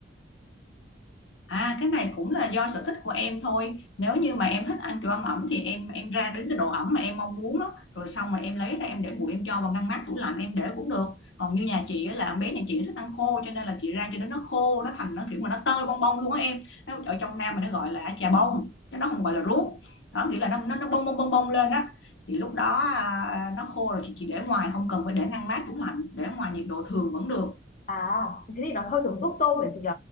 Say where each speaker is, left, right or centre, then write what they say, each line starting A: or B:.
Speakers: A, on the left (about 85°); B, on the left (about 45°).
A: À cái này cũng là do sở thích của em thôi. Nếu như mà em thích ăn kiểu ăn ẩm thì em em ra đến cái độ ẩm mà em mong muốn đó, rồi xong mà em lấy ra em để nguội em cho vào ngăn mát tủ lạnh em để cũng được. Còn như nhà chị á là bé nhà chị thích ăn khô cho nên là chị rang cho đến nó khô, nó thành nó kiểu mà nó tơi bong bong luôn á em. Nó, ở trong Nam mình nó gọi là chà bông, chứ nó không gọi là ruốc. Đó nghĩa là nó nó, nó bong bong bong bong lên á. Thì lúc đó à, à, nó khô rồi chị chỉ để ngoài không cần phải để ngăn mát tủ lạnh, để ngoài nhiệt độ thường vẫn được.
B: À, thế thì nó hơi giống ruốc tôm đấy chị nhỉ?